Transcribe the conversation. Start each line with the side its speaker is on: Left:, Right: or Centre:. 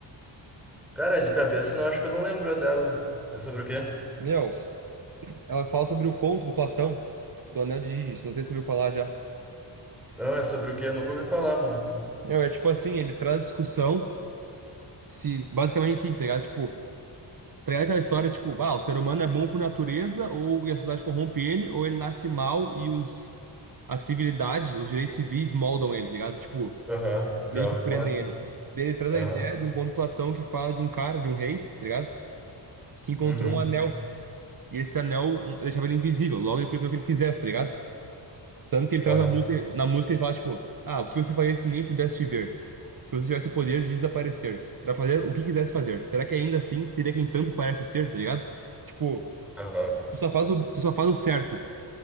Centre: Cara, de cabeça não acho que eu não lembro dela. É sobre o quê?
Right: Meu, ela fala sobre o conto do Platão, do Anel de Giges. Não sei se tu viu falar já.
Centre: Não, é sobre o quê? Eu nunca ouvi falar, mano.
Right: Meu, é tipo assim, ele traz discussão, se basicamente sim, tá ligado? Tipo, Tá ligado aquela história, tipo, ah, o ser humano é bom por natureza, ou e a sociedade corrompe ele, ou ele nasce mal e os, a civilidade, os direitos civis moldam ele, tá ligado? Tipo,
Centre: Aham, já
Right: meio
Centre: ouvi
Right: que prendem
Centre: falar nisso.
Right: ele. Daí Ele traz
Centre: Aham.
Right: a ideia de um conto de Platão que fala de um cara, de um rei, tá ligado? Que encontrou
Centre: Uhum.
Right: um anel. E esse anel um, deixava ele invisível, logo ele preferiu o que ele quisesse, tá ligado? Tanto que ele traz
Centre: Aham.
Right: a música, na música ele fala, tipo, ah, o que você faria se ninguém pudesse te ver? Se você tivesse o poder de desaparecer, pra fazer o que quisesse fazer, será que ainda assim seria quem tanto parece ser, tá ligado? Tipo.
Centre: Aham.
Right: Tu só faz o, tu só faz o certo